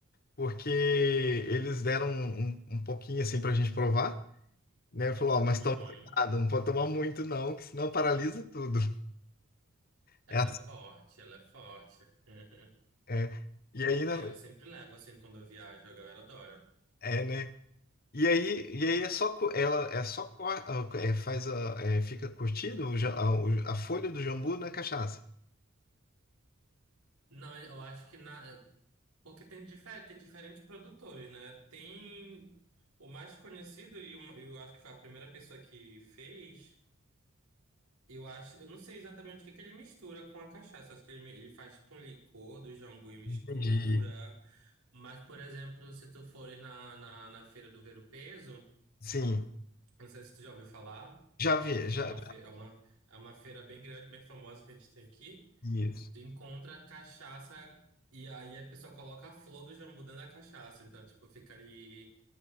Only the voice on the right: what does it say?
<laughs>
Uhum.
Ela
é forte, ela é forte. Uhum.
É,
eu sempre levo, assim, quando eu viajo, a galera adora.
Não, eu acho que na... Porque tem, difer... tem diferentes produtores, né? Tem o mais conhecido e o- eu acho que foi a primeira pessoa que fez. Eu acho, eu não sei exatamente o que que ele mistura com a cachaça. Acho que ele, mi- ele faz tipo um licor do jambu e mistura.
Mas, por exemplo, se tu fores na, na, na Feira do Ver-o-Peso,
não sei se tu já ouviu falar.
É uma
feira, é uma, é uma feira bem grande, bem famosa que a gente tem aqui.
Tu encontra cachaça e aí a pessoa coloca a flor do jambu dentro da cachaça. Então, tipo, fica ali